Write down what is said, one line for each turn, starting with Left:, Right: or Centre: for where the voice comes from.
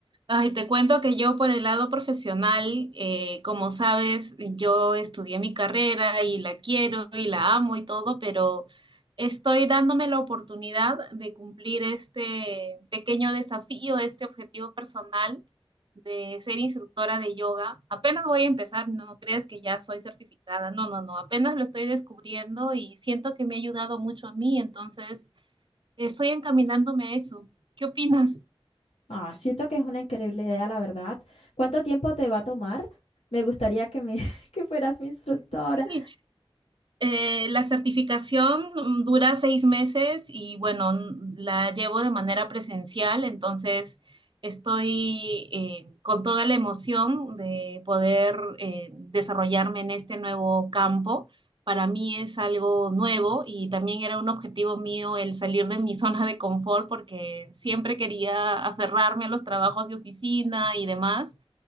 Right: Ay, te cuento que yo por el lado profesional, eh, como sabes, yo estudié mi carrera y la quiero y la amo y todo, pero estoy dándome la oportunidad de cumplir este pequeño desafío, este objetivo personal de ser instructora de yoga. Apenas voy a empezar, no no creas que ya soy certificada, no, no, no, apenas lo estoy descubriendo y siento que me ha ayudado mucho a mí, entonces... Estoy encaminándome a eso. ¿Qué opinas? <laughs>
Left: Ah, siento que es una increíble idea, la verdad. ¿Cuánto tiempo te va a tomar? Me gustaría que me <laughs> que fueras mi instructora.
Right: Sí. Eh, la certificación mm, dura seis meses y bueno, n- la llevo de manera presencial, entonces estoy eh, con toda la emoción de poder eh, desarrollarme en este nuevo campo. Para mí es algo nuevo y también era un objetivo mío el salir de mi <laughs> zona de confort porque siempre quería aferrarme a los trabajos de oficina y demás